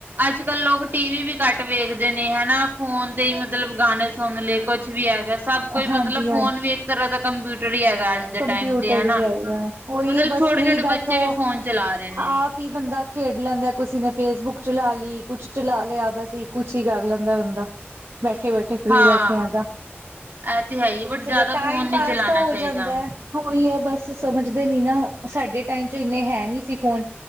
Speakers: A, on the right; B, on the right.
A: ਅੱਜ ਕੱਲ੍ਹ ਲੋਕ ਟੀਵੀ ਵੀ ਕੱਟ ਵੇਖਦੇ ਨੇ ਹੈਨਾ, ਫੋਨ ਤੇ ਹੀ ਮਤਲਬ ਗਾਣੇ ਸੁਣ ਲਏ ਕੁਛ ਵੀ ਹੈਗਾ। ਸਭ ਕੋਈ
B: ਹਾਂਜੀ
A: ਮਤਲਬ ਫੋਨ ਵੀ ਇੱਕ ਤਰ੍ਹਾਂ ਦਾ ਕੰਪਿਊਟਰ ਹੀ ਹੈਗਾ ਅੱਜ। ਦੇ
B: ਕੰਮਪਿਊਟਰ
A: ਟਾਈਮ ਤੇ ਹਨਾ।
B: ਈ ਹੈਗਾ, ਓਹੀ
A: ਮਤਲਬ
B: ਏ ਬਸ
A: ਛੋਟੇ-ਛੋਟੇ
B: ਫ੍ਰੀ ਬੈਠੋ
A: ਬੱਚੇ ਵੀ ਫੋਨ ਚਲਾ ਰਹੇ ਨੇ
B: ਆਪ ਵੀ ਬੰਦਾ ਖੇਡ ਲੈਂਦਾ, ਕਿਸੇ ਨੇ ਫੇਸਬੁੱਕ ਚਲਾ ਲਈ ਕੁਛ ਚਲਾ ਲਿਆ ਬਸ, ਕੁਛ ਈ ਕਰ ਲੈਂਦਾ ਬੰਦਾ।
A: <inaudible>
B: ਬੈਠੇ ਬੈਠੇ ਫ੍ਰੀ
A: ਹਾਂ।
B: ਬੈਠੇ ਆ, ਆਜਾ।
A: ਇਹ ਤੇ ਹੈ ਹੀ ਬਟ
B: ਚਲੋ,
A: ਜ਼ਿਆਦਾ
B: ਟਾਈਮ
A: ਫੋਨ ਨਹੀਂ
B: ਪਾਸ
A: ਚਲਾਣਾ
B: ਤਾਂ ਹੋ
A: ਚਾਹੀਦਾ।
B: ਜਾਂਦਾ। ਓਹੀ ਏ ਬਸ ਸਮਝਦੇ ਨੀ ਨਾ, ਸਾਡੇ ਟਾਈਮ ਚ ਏਨੇ ਹੈ ਨੀ ਸੀ ਫੋਨ।